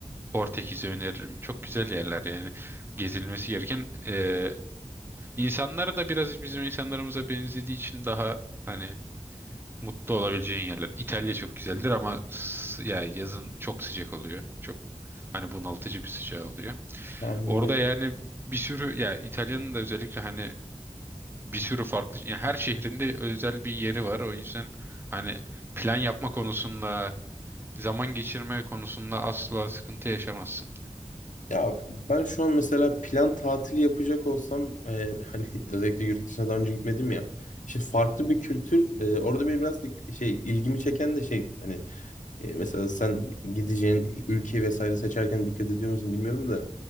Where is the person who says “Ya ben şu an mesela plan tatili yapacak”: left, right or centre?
Left